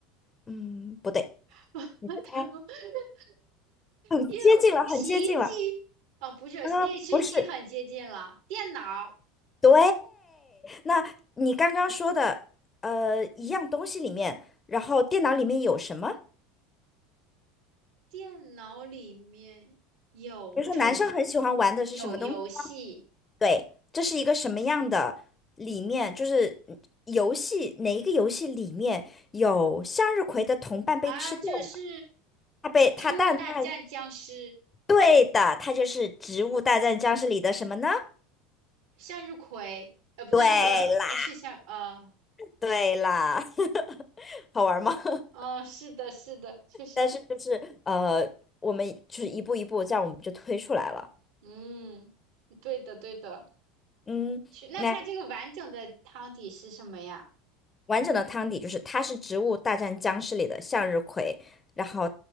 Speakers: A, on the left; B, on the right.
A: 嗯，不对，
B: <laughs> 等一下电
A: 你再猜，你接近了，
B: 电洗衣机，
A: 很接近了。
B: 哦，不是，
A: 啊、
B: 电视机很接近了，
A: 不是，
B: 电脑，
A: 对，那你刚刚说的，呃，一样东西里面，然后电脑里面有什么？
B: 电脑里面有虫，
A: 比如说，男生很喜欢玩的是什么东西？
B: 有游戏
A: 对，这是一个什么样的里面？就是嗯游戏哪一个游戏里面有向日葵的同伴被吃掉了？
B: 啊，就是
A: 他被他，
B: 《植物大战僵尸》，
A: 但他对的，他就是《植物大战僵尸》里的什么呢？
B: 向日葵，呃，不对，
A: 对
B: 那个呃是向呃。
A: 啦，对啦，<laughs> 好玩吗？<laughs>
B: 哦，是的，是的，确实的，
A: 但是就是呃，我们就是一步一步，这样我们就推出来了。
B: 嗯，对的，对的。
A: 嗯，
B: 去，那它这个完整的汤底是什么呀？
A: 那。完整的汤底就是它是《植物大战僵尸》里的向日葵，然后